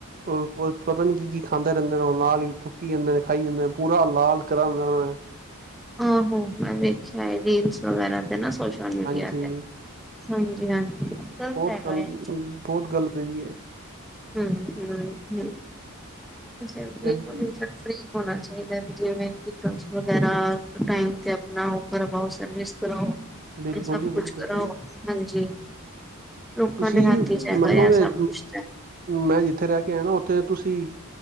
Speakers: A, on the right (about 40°); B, in the centre.
A: ਓ, ਓ ਪਤਾ ਨੀ ਕੀ ਕੀ ਖਾਂਦੇ ਰੈਂਦੇ ਨੇ ਨਾਲ ਈ ਥੂਕੀ ਜਾਂਦੇ ਨੇ। ਖਾਈ ਜਾਨੈ ਪੂਰਾ ਲਾਲ ਕਰਾਗਾਂ ਮੈ।
B: ਆਹੋ ਮੈ ਵੇਖਿਆ ਐ ਰੀਲਸ ਵਗੈਰਾ ਤੇ ਨਾ ਸੋਸ਼ਲ ਮੀਡੀਆ
A: ਹਾਂਜੀ
B: ਤੇ। ਹਾਂਜੀ ਹਾਂਜੀ ਗਲਤ
A: ਬਹੁਤ
B: ਹੈਗਾ
A: ਗੰ
B: ਏ
A: ਬਹੁਤ ਗਲਤ ਹੈਗੀ ਹੈ ਜੀ
B: ਬਿਲਕੁਲ ਛਾਡ
A: ਇਹ।
B: <unintelligible> ਫਿਰੀ ਹੋਣਾ ਚਾਹੀਦਾ ਹੈ ਜਿਵੇਂ ਵਿਕਲਸ ਵਗੈਰਾ ਟਾਈਮ ਤੇ ਆਪਣਾ ਉਹ ਕਰਵਾਓ ਸਰਵਿਸ ਕਰਵਾਓ
A: ਬਿਲਕੁਲ
B: <unintelligible> ਸਭ
A: ਜੀ
B: ਕੁਛ
A: ਬਿਲਕੁਲ
B: ਕਰਾਓ ਹਾਂਜੀ ਲੋਕਾਂ
A: ਤੁਸੀਂ
B: ਦੇ ਹੱਥ ਚ ਹੈਗਾ
A: ਮੰਨੋਗੇ
B: ਆ ਸਭ ਕੁਛ ਤੇ
A: ਮੈਂ ਜਿੱਥੇ ਰਹਿ ਕੇ ਆਇਆ ਨਾ ਉਥੇ ਤੁਸੀਂ